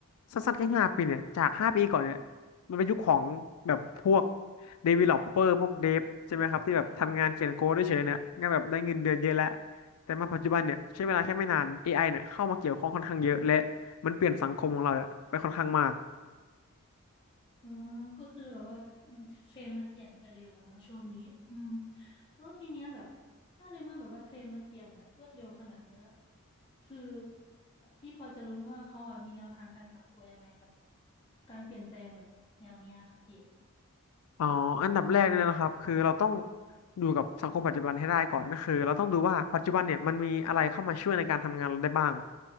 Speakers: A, on the left (about 80°); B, on the left (about 20°).
A: สั้นๆแค่ห้าปีเนี่ยจากห้าปีก่อนเนี่ยมันเป็นยุคของแบบพวก developer พวกเดฟใช่ไหมครับที่แบบทำงานเขียนโค้ดเฉยๆเนี่ยงานแบบได้เงินเดือนเยอะแล้วแต่มาปัจจุบันเนี่ยใช้เวลาแค่ไม่นาน AI เนี่ยเข้ามาเกี่ยวข้องค่อนข้างเยอะและมันเปลี่ยนสังคมของเราเนี่ยไปค่อนข้างมาก
B: อืมก็คือแบบว่ามันเทรนด์มันเปลี่ยนไปเร็วเนาะช่วงนี้อืมแล้วทีเนี้ยแบบถ้าในเมื่อแบบว่าเทรนด์มันเปลี่ยนแบบรวดเร็วขนาดเนี้ยคือแบบพี่พอจะรู้ไหมว่าเขาอะมีแนวทางการปรับตัวยังไงกับการเปลี่ยนแปลงแบบแนวเนี้ยค่ะพี่
A: อ๋ออันดับแรกเนี่ยนะครับคือเราต้องอยู่กับสังคมปัจจุบันให้ได้ก่อนก็คือเราต้องดูว่าปัจจุบันเนี่ยมันมีอะไรเข้ามาช่วยในการทำงานเราได้บ้าง